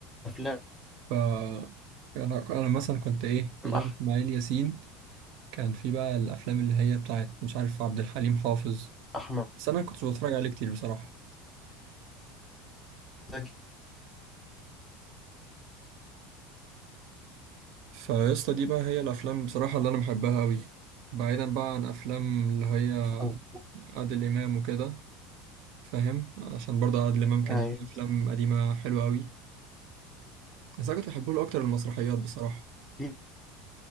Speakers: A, in the centre; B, on the right.
A: افلام
B: ف انا انا مثلا كنت ايه غير
A: أح-
B: اسماعيل ياسين كان في بقى الافلام اللي هي بتاعت مش عارف عبد الحليم حافظ
A: احمد
B: بس انا كنت بتفرج عليه كتير بصراحه
A: زكي
B: فيسطا دي بقى هي الافلام بصراحه اللي انا بحبها قوي بعيدا بقى عن افلام اللي هي
A: أو-
B: عادل امام وكده فاهم عشان برضه عادل امام كان
A: ايوه
B: ليه افلام قديمه حلوه قوي بس انا كنت بحبه له اكتر المسرحيات بصراحه
A: دي-